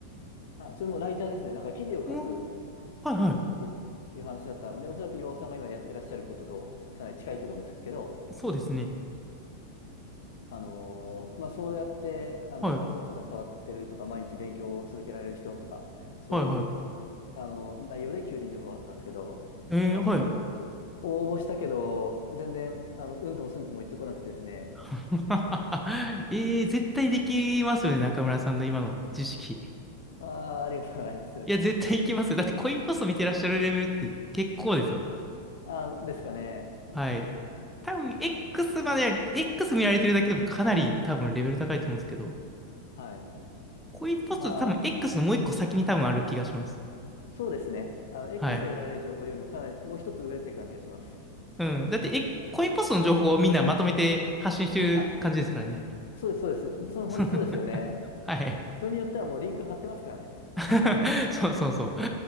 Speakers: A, on the left; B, in the centre.
A: あ、それもライターですね。なんか記事を書く
B: うん、はいはい。
A: っていう話だったんで、おそらく岩尾さんが今やってらっしゃることとかなり近いと思うんですけど、
B: そうですね。
A: あのーまあ、そうやって、あの、
B: はい、
A: 仮想通貨触ってるとか、毎日勉強を続けられる人とか、そういう、
B: はいはい。
A: あの、内容で求人情報があったんですけど、
B: えー、
A: あの、
B: はい。
A: 応募したけど、全然、あの、うんともすんとも言ってこなくてですね、
B: <laughs> えー、絶対できますよね、中村さんの今の知識。
A: ああ、ありがとうございます。
B: いや、絶対いきますよ。だってコインポスト見てらっしゃるレベルって結構ですよ。
A: あー、ですかね。
B: はい。多分 X までは、X 見られてるだけでもかなり多分レベル高いと思うんですけど、
A: はい。
B: コインポストって多分
A: まあ、
B: X のもう一個先に多分ある気がします。
A: そうですね。あの、X
B: はい。
A: で得られる情報よりもかなり、もう一つ上って感じがします。
B: うん。だって、え、コインポストの情報をみんなまとめて発信してる感じですからね。
A: あ、そうです、そうです。その、本当そうですよね。
B: <laughs> はい。
A: 人によってはもうリンク貼ってますからね。
B: <laughs>
A: <laughs>
B: そうそうそう。い